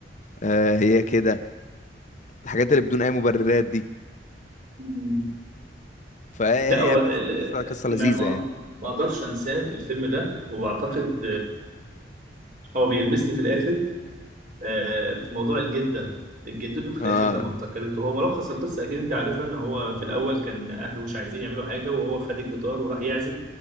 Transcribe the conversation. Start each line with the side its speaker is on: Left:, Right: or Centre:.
Left: آه، هي كده الحاجات اللي بدون اي مبررات دي
Right: م-م.
Left: فا
Right: لا هو
Left: بحس
Right: ال-
Left: قصه قصه
Right: ما
Left: لذيذه
Right: ما
Left: يعني
Right: ما اقدرش انساه الفيلم ده وبعتقد هو بيلمسني في الاخر آه، في موضوع الجده جدته في
Left: اه
Right: الاخر لما افتكرته هو ملخص القصه اكيد انت عارفها ان هو في الاول كان اهله مش عايزين يعملوا حاجه وهو خد الجيتار وراح يعزف